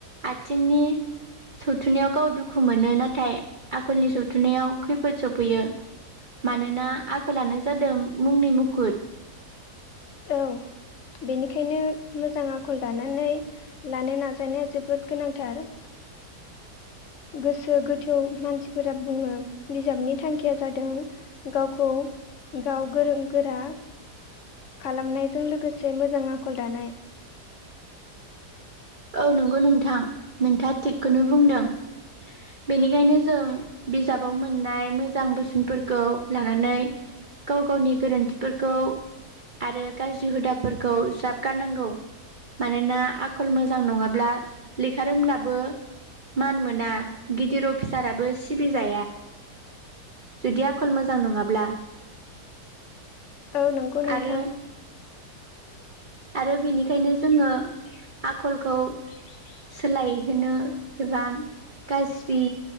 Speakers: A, on the right; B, on the left.
A: आथिंनि सौथुनायाव गाव दुखु मोनो नाथाय आखलनि सौथुनायाव खैफोद सफैयो मानोना आखलानो जादों मुंनि मुखुद
B: औ बेनिखायनो मोजां आखल दानानै लानो नाजानाया जोबोद गोनांथार गोसो गोथौ मानसिफोरा बुङो बिजाबनि थांखिया जादों गावखौ गाव गोरों गोरा खालामनायजों लोगोसे मोजां आखल दानाय
A: औ नंगौ नोंथां नोंथाङा थिग खौनो बुंदों बेनिखायनो जों बिजाबाव मोननाय मोजां बोसोनफोरखौ लानानै गाव गावनि गोरोन्थिफोरखौ आरो गाज्रि हुदाफोरखौ ज्राब गारनांगौ मानोना आखल मो जां नङाब्ला लेखा रोंब्लाबो मान मोना गिदिर अफिसाराबो सिबि ज जुदि आखल मोजां नङाब्ला
B: औ नंगौ नोंथां
A: आरो आरो बिनि बेंखायनो जोङो हा आखलखौ सोलायहोनो एबा गाज्रि